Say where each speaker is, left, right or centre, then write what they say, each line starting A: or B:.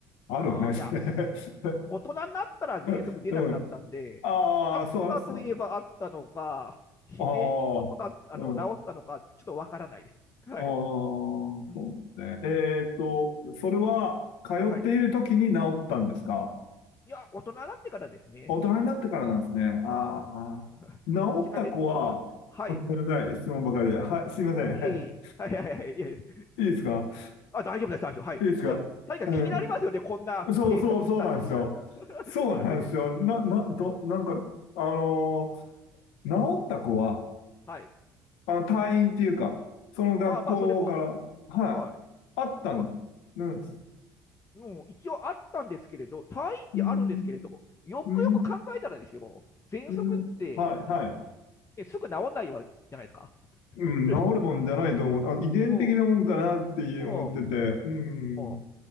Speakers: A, on the left; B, on the left.
A: あるわけないで
B: ああ、いや、
A: すね
B: 大人になったら喘息出なくなったんで、
A: <laughs> うん。ああ、
B: あったといえばあったのか、
A: そうそう。
B: 自然にそうな、
A: ああ、
B: あの、
A: うん。
B: 治ったのか、ちょっとわからないです。はい。
A: ああ、
B: うん。
A: そうね。えーっと、それは、通っている時に治ったんですか
B: はい。いや、大人になってからですね。
A: 大人になってからなんですね。あー
B: ああ。
A: あー、
B: <laughs>
A: 治った子は、
B: ちなみに、は、はい。
A: あごめんなさい、
B: い
A: 質問ばかりで。はい、すいません。
B: えいえ。
A: はい
B: はいはいはい。いえいえ。
A: いいですか
B: あ、大丈夫です、大丈夫。はい。
A: いいですかうん。
B: それ、何か気になりますよね。こんな閉鎖空間にいられたら。
A: そうそうそうなんですよ。そうなんですよ。
B: <laughs> そうね。
A: な、な、ど、なんか、あのー治った子は、
B: はい。
A: あの、退院っていうか、その学校から、
B: あ、まあ、それも、
A: はい、
B: はい。
A: あったんです。
B: でも、もう一応あったんですけれど、退院ってあるんですけれど、
A: うん、
B: よくよく考えたらですよ、
A: うん、うん
B: 喘息って、
A: うん。はい、はい。
B: ねすぐ治んないわけじゃないですか。<laughs>
A: うん、治るもんじゃないと思う。あ、遺伝的なもんかなって思ってて。
B: おうん、うん、
A: うん。
B: うん。